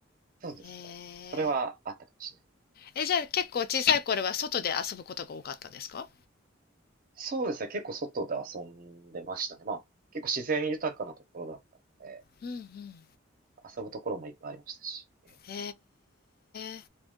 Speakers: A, on the right (about 45°); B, on the left (about 50°).
A: そうですね。
B: え
A: それはあったかもしれない。
B: ー、え、じゃあ結構小さい頃は外で遊ぶことが多かったんですか？
A: そうですね。結構外で遊んでましたね。まあ、結構自然豊かなところだったので、
B: うんうん。
A: 遊ぶところもいっぱいありましたし。ええ
B: へえー、